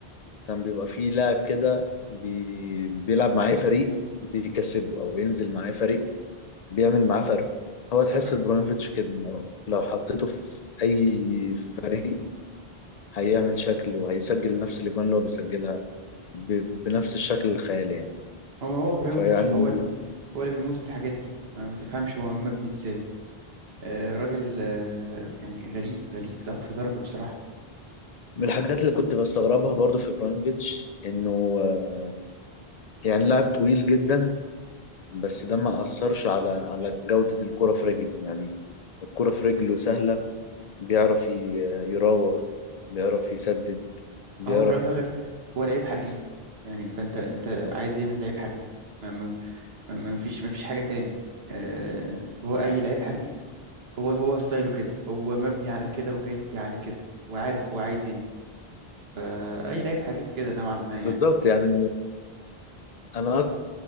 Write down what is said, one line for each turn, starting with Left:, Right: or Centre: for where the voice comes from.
Left: كان بيبقى فيه لاعب كده بي- بيلعب معاه فريق بيكسبه او بينزل معاه فريق بيعمل معاه فرق هو تحس
Right: ده بر...
Left: ابراهيموفيتش كده لو لو حطيته في اي فريق هيعمل شكل وهيسجل نفس الاجوان اللي هو بيسجلها ب- بنفس الشكل الخيالي يعني
Right: هو هو ابراهيموفيتش
Left: فيعني
Right: هو ال... هو اللي بيموت في الحاجات دي ما, ما تفهمش هو مبني ازاي آه راجل آه يعني غريب غريب لاقصى درجة بصراحة
Left: من الحاجات اللي كنت بستغربها برضو في ابراهيموفيتش انه آه، يعني لاعب طويل جدا بس ده ما اثرش على على جودة الكرة في رجله يعني الكرة في رجله سهلة بيعرف ي- يراوغ بيعرف يسدد بيعرف
Right: هو في الاول وفي الاخر هو لعيب حريف يعني فانت انت عايز ايه من لعيب حريف ما, ما, ما, ما فيش ما فيش حاجة تاني آه هو اي لعيب حريف هو هو ستايله كده هو مبني على كده وجاي على كده وعارف هو عايز ايه آه، اي لعيب حريف كده نوعا ما يعني
Left: بالظبط يعني انا